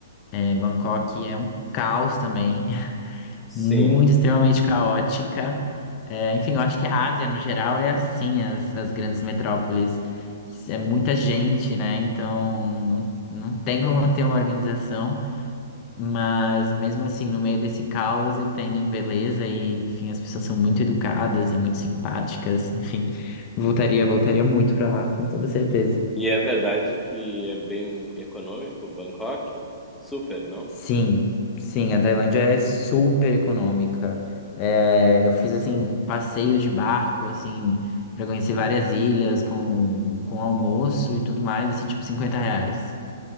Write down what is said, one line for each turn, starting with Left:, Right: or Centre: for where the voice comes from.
Left: é, Bangkok é um caos também, <laughs>
Centre: sim.
Left: muito extremamente caótica. É, enfim, eu acho que a Ásia, no geral, é assim, as, as grandes metrópoles. É muita gente, né? Então, não, não tem como ter uma organização. Mas mesmo assim, no meio desse caos e tem beleza e, enfim, as pessoas são muito educadas e muito simpáticas, enfim. Voltaria, voltaria muito pra lá, com toda certeza.
Centre: E, e é verdade que é bem econômico Bangkok? Super, não?
Left: Sim, sim, a Tailândia é super econômica. É, eu fiz assim passeios de barco, assim, para conhecer várias ilhas com, com almoço e tudo mais, assim, tipo 50 reais